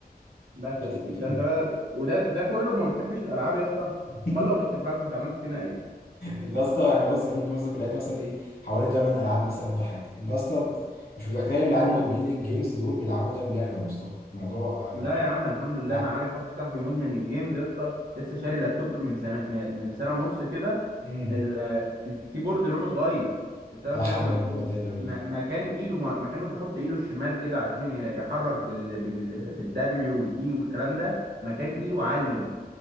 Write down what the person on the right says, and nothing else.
باتل
فيلد
ده انت بقى وده ده كله ما بتحبش الالعاب يا اسطى
امال لو بتحبها كنت عملت فينا ايه
مم.
لا يا عم الحمد لله
انا عارف واحد صاحبي مدمن الجيمز يا اسطى لسه شاري لابتوب من سنه من من سنه ونص كده
ال- الكيبورد لونه اتغير بسبب
لعبه للجيم
ما- مكان ايده ما- مكان ما بيحط ايده الشمال كده عشان ي- يحرك بال بال بالدبليو والدي والكلام ده مكان ايده علم